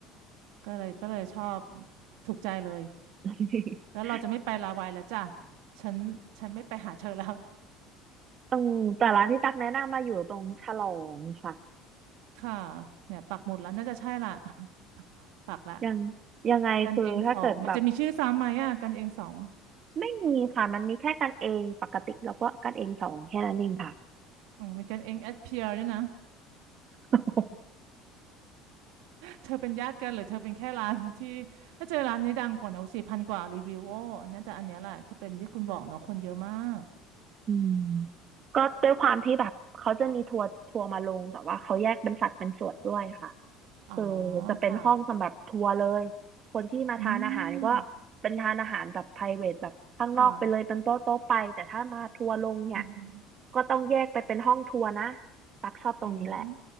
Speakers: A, on the right; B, on the right.
A: ก็เลยก็เลยชอบถูกใจเลย
B: <laughs>
A: แล้วเราจะไม่ไปลาวายแล้วจ้ะฉันฉันไม่ไปหาเธอแล้ว
B: เอืแต่ร้านที่ตักแนะนำมาอยู่ตรงฉลองค่ะ
A: <laughs> ค่ะเนี่ยปักหมุดแล้วน่าจะใช่ละ <laughs> ปักละ
B: ยังยังไงคือถ้าเกิดแบบ
A: กันเองสองมันจะมีชื่อซ้ำไหมอ่ะกันเองสอง
B: ไม่มีค่ะมันมีแค่กันเองปกติแล้วก็กันเองสองแค่นั้นเองค่ะ
A: อืมมีกันเองแอดเพียร์ด้วยนะ
B: <laughs>
A: เธอเป็นญาติกันหรือเธอเป็นแค่ร้านที่ถ้าเจอร้านนี้ดังกว่านอะสี่พันกว่ารีวิวโอ้น่าจะอันเนี้ยแหละที่เป็นที่คุณบอกเนาะคนเยอะมาก
B: อืม <laughs> ก็ด้วยความที่แบบเขาจะมีทัวร์ทัวร์มาลงแต่ว่าเขาแยกเป็นสัดเป็นส่วนด้วยค่ะ
A: อ๋อ
B: คือจะเป็นห้องสำหรับทัวร์เลย
A: ค่ะ
B: คนที่มาทานอาหารก็
A: อืม
B: เป็นทานอาหารแบบ private แบบข้างนอกไปเลยเป็นโต๊ะโต๊ะไปแต่ถ้ามาทัวร์ลงเนี่ย
A: ค่ะอืม
B: ก็ต้องแยกไปเป็นห้องทัวร์นะตักชอบตรงนี้แหละ
A: อืม